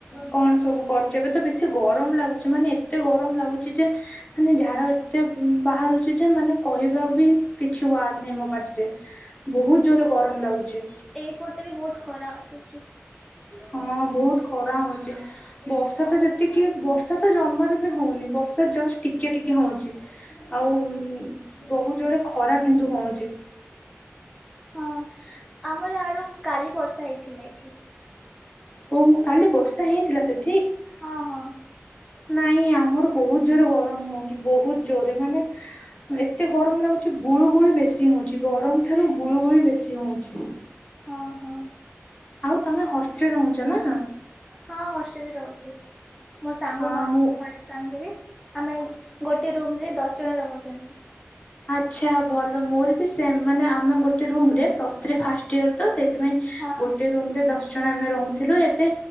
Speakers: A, on the left; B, in the centre.
A: କଣ ସବୁ କରୁଛ? ଏବେ ତ ବେଶୀ ଗରମ ଲାଗୁଛି ମାନେ ଏତେ ଗରମ ଲାଗୁଛି ଯେ -ମାନେ ଝାଡ଼ ଏତେ ବାହାରୁଛି ଯେ ମାନେ କହିବାକୁ ବି କିଛି ଡ ନାହିଁ ମୋ ପାଟିରେ, ବହୁତ ଜୋରେ ଗରମ ଲାଗୁଛି
B: ଏଇପଟରେ ବହୁତ ଖରା ଆସୁଛି।
A: ହଁ ବହୁତ ଖରା ହଉଛି। ବର୍ଷା ତ ଯେତିକି ବର୍ଷା ତ ଜମାରୁ ବି ହଉନି, ବର୍ଷା ଜଷ୍ଟ ଟିକେ ଟିକେ ହଉଛି ଆଉ ବହୁତ ଜୋରେ ଖରା କିନ୍ତୁ ହଉଛି।
B: ହଁ ଆମର ଆଡୁ କାଲି ବର୍ଷା ହେଇଥିଲା ଏଠି।
A: ଓହୋ କାଲି ବର୍ଷା ହେଇଥିଲା, ସେ
B: ହଁ ହଁ।
A: ନାଇଁ ଆମର ବହୁତ ଜୋରେ ଗରମ ହେଉଛି, ବହୁତ ଜୋରରେ ମାନେ ଏତେ ଗରମ ଲାଗୁଛି, ଗୁଳୁ ଗୁଳି ବେଶି ହଉଛି, ଗରମ ଠାରୁ ଗୁଳୁ ଗୁଳି ବେଶୀ ଉଛି
B: ହଁ ହଁ
A: ଆଉ ତମେ ହଷ୍ଟେଲ ରହୁଛ ନା?
B: ହଁ ହଷ୍ଟେଲରେ ରହୁଛି, ମୋ ସାଙ୍ଗ
A: ହଁ
B: ମାନ
A: ମୁଁ
B: ସାଙ୍ଗରେ ଆମେ ଗୋଟେ ରୁମ ରେ ଦଶ ଜଣ ରହୁଛନ୍ତି।
A: ଆଛା, ଭଲ ମୋର ବି ସେମ୍, ମାନେ ଆମେ ଗୋଟେ ରମ ଫ ତ ସେଇଥିପାଇଁ
B: ହଁ
A: ଗୋଟେ ରୁମରେ ଦଶ ଜଣ ଆମେ ରହୁଥିଲୁ ଏବେ